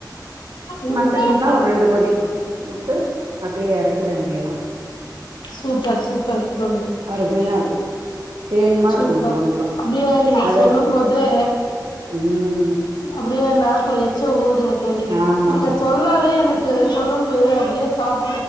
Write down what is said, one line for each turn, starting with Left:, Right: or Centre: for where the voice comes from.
Left: ம்
Right: மத்த
Left: சூப்பர்
Right: மீன்னா ஒரு ரெண்டு கொதி விட்டு அப்டியே எறக்கிற வேண்டியதா
Left: சூப்பர் சூப்பர் தோழி
Right: அருமையா இருக்கு தேன்மா
Left: சூப்பர்
Right: இருக்கணு கொழம்புலா
Left: அப்டியே நீங்க
Right: அது
Left: சொல்லும் போதே
Right: ம்
Left: அப்டியே நாக்லா எச்சி ஊருது தோழி
Right: ஆமா
Left: நீங்க சொன்னாலே எனக்கு இப்பா கொழும்பு அப்டியே சாப்